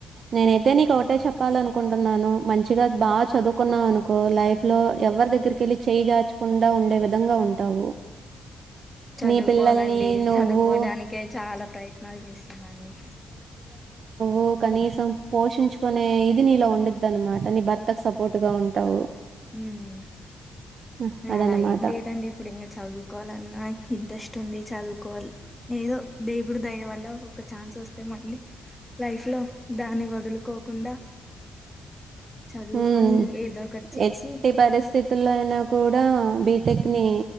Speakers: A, on the right; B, on the left.
A: నేనైతే నీకు ఒకటే చెప్పాల అనుకుంటున్నాను మంచిగా
B: ఉమ్
A: బాగా చదువుకున్నావను కో లైఫ్ లో ఎవరి దగ్గరికి వెళ్ళి చేయి జాచకుండా ఉండే విధంగా ఉంటావు
B: చదువుకోవాలండి
A: నీ పిల్లల్ని నువ్వు
B: చదువుకోడానికే చాలా ప్రయత్ త్నాలు చెస్సున్న అండి
A: ఓ కనీసం పోషించుకునే ఇది నీలో ఉండుద్ది అనమాట నీ భర్తకు సపోర్ట్ గా ఉంటావు
B: ఉమ్
A: ఆహ్, అదనమాట.
B: అలా ఏం లేదండి ఇప్పుడు ఇంకా చదువుకోవాలన్నా ఇంట్రెస్ట్ ఉంది చదువుకోవాల్ ఏదో దేవుడు దయ వల్ల ఒక ఛాన్స్ వస్తే మళ్ళీ లైఫ్ లో దాన్ని వదులుకోకుండా చదువుకొని
A: హ్మ్.
B: ఏదో ఒకటి చేసి
A: ఎట్టి పరిస్థితుల్లో అయినా కూడా బీటెక్ ని